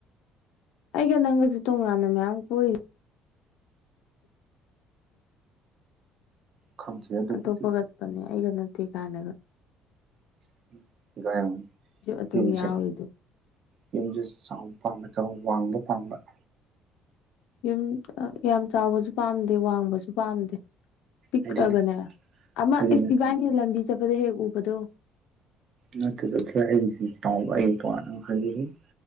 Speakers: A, on the left (about 80°); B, on the right (about 50°).
A: ꯑꯩꯒ ꯅꯪꯒꯁꯨ ꯇꯣꯉꯥꯟꯅ ꯃꯌꯥꯝ ꯀꯣꯏꯔꯤ
B: ꯈꯪꯗꯦ ꯑꯗꯨꯕꯨꯗꯤ
A: ꯑꯇꯣꯞꯄꯒꯄꯅꯤ ꯑꯩꯒ ꯅꯠꯇꯦ ꯀꯥꯏꯅꯒ꯫
B: <unintelligible>
A: ꯑꯗꯨꯝ
B: ꯌꯨꯝꯁꯦ
A: ꯌꯥꯎꯔꯤꯗꯨ
B: ꯌꯨꯝꯁꯦ ꯆꯥꯎ ꯄꯥꯝꯕꯔ ꯋꯥꯡꯕ ꯄꯥꯝꯕꯔ
A: ꯌꯨꯝ ꯑ ꯌꯥꯝ ꯆꯥꯎꯕꯁꯨ ꯄꯥꯝꯗꯦ ꯋꯥꯡꯕꯁꯨ ꯄꯥꯝꯗꯦ꯫ ꯄꯤꯛꯑꯒꯅꯦ
B: ꯑꯩꯗꯤꯅꯦ
A: ꯑꯃ
B: ꯍꯥꯏꯗꯤꯅꯦ
A: ꯏꯁ ꯏꯕꯥꯅꯤ ꯂꯝꯕꯤ ꯆꯠꯄꯗ ꯍꯦꯛ ꯎꯕꯗꯣ꯫
B: ꯅꯥꯠꯇꯦꯗ <unintelligible>